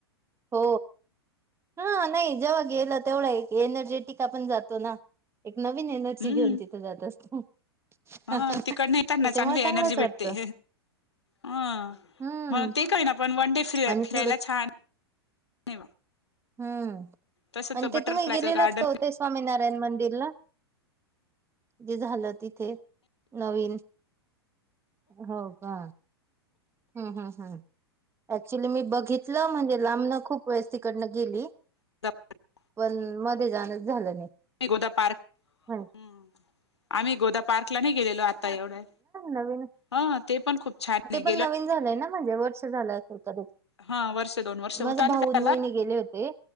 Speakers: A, on the right (about 20°); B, on the left (about 85°).
A: हो हा नाही जेव्हा गेलं तेवढं एक एनर्जेटिक जातो ना. एक नवीन एनर्जी
B: हम्म
A: घेऊन तिथं जात असतो.
B: हा
A: त्याच्यामुळे
B: तिकडंन येताना चांगली एनर्जी
A: चांगलंच
B: भेटते.
A: वाटतं
B: हं
A: हम्म
B: मग ते काही ना पण वन डे फि
A: आणि
B: फिरायला
A: थोडं
B: छान. नाही
A: हम्म
B: तसं
A: आणि
B: तर
A: ते
B: बटरफ्लायचं
A: तुम्ही गेलेलात
B: गार्डन
A: का ओ ते स्वामीनारायण मंदिरला. जे झालं तिथे नवीन हो का. हम् हम् हम् ऍक्च्युली मी बघितलं म्हणजे लांबनं खूप वेळेस तिकडनं गेली.
B: <inaudible>
A: पण मध्ये जाणच झालं नाही.
B: गोदा पार्क
A: म्हण
B: आम्ही गोदा पार्क ला नाही गेलेलो आता एवढ्या.
A: अवीन <unintelligible>
B: हा ते पण खूप छान ये.
A: पण नवीन झालंय ना वर्ष झालं असेल कदाचित
B: हा वर्ष दोन वर्ष होत
A: माझा
B: आले
A: भाऊ.
B: त्याला
A: ते गेले होते